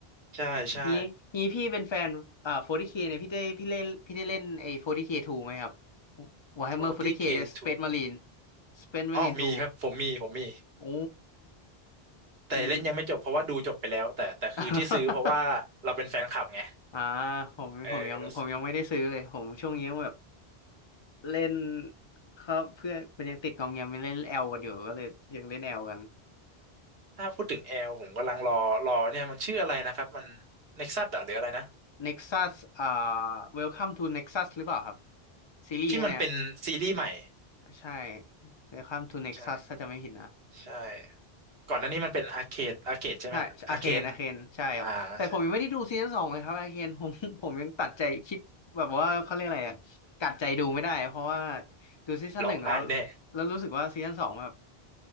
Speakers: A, on the right (about 70°); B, on the left (about 35°).
A: ใช่ใช่
B: งี้งี้พี่เป็นแฟนอ่า 40K เคเนี่ยพี่ได้พี่เล่นพี่ได้เล่นไอ้ 40K 2ไหมครับ Warhammer
A: โอทีเคทู
B: 40K Space Marine Space Marine
A: อ๋อมีครับผมมีผมมี
B: 2โอ้
A: แต่เล่นยังไม่จบเพราะว่าดูจบไปแล้วแต่แต่คือที่ซื้อเพราะว่าเราเป็นแฟนคลับไง
B: คือมัน <laughs> อ่าผมผมยังผมยังไม่ได้ซื้อเลยผมช่วงนี้แบบ
A: เออแล้วซื้อ
B: เล่นครับเพื่อนมันยังติดกองแงมยั่เล่นแอลกันอยู่ก็เลยยังเล่นแอลกัน
A: อ๋อถ้าพูดถึงแอลผมกำลังรอรอเนี่ยมันชื่ออะไรนะครับมันเน็กซัสหรืออะไรนะ
B: Nexus อ่า Welcome to Nexus หรือเปล่าครับซีรีส์ใช่ไหมอะ
A: ที่มันเป็นซีรีส์ใหม่
B: ใช่ Welcome to Nexus
A: ใช่
B: ถ้าจะไม่ผิดนะ
A: ใช่ ก่อนหน้านี้มันเป็นอาร์เคดอาร์เคดใช่ไหมอาร์เคน
B: ใช่อาเคนอาเคนใช่ครับแต่ผมยังไม่ได้ดูซีซั่นสองเลยครับอาเคนผม
A: อ่าใช่
B: <laughs> ผมยังตัดใจคิดแบบว่าเขาเรียกอะไรอะกัดใจดูไม่ได้เพราะว่าดูซีซั่นหนึ่งแล้ว
A: ร้องไห้แน่
B: แล้วรู้สึกว่าซีซั่นสองแบบ